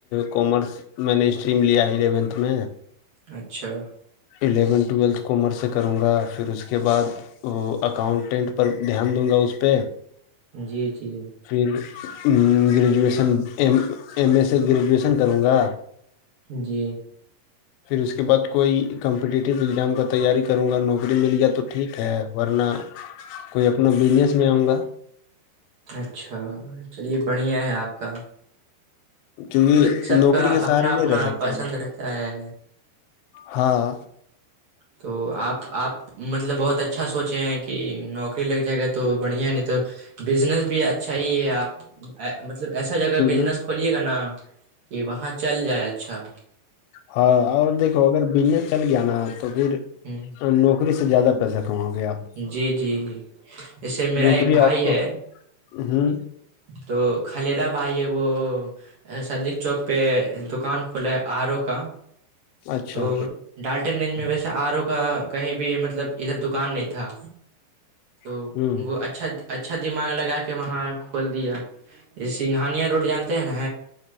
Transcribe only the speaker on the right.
اچھا
جی جی
جی
اچھا چلیے بڑھیا ہے آپ کا
مطلب سب
کا
اپنا
اپنا
پسند
رہتا ہے
تو آپ آپ مطلب بہت اچھا سوچے ہیں کہ نوکری لگ جائے گا تو بڑھیا ہے نہیں تو بزنس بھی اچھا ہی ہے آپ مطلب ایسا جگہ بزنس
کھولیے گا نا کہ وہاں چل جائے اچھا
ہ
جی جی ایسے میرا
ایک بھائی
ہے
تو کلیرا بھائی ہے وہ سدق چوک پہ دکان کھلا ہے آر او کا
تو ڈالٹن گنج میں ویسے آر او کا کہیں بھی مطلب ادھر دکان نہیں تھا تو
وہ اچھا اچھا دماغ لگا کے وہاں کھول دیا یہ سنگھانیا روڈ جانتے ہیں نا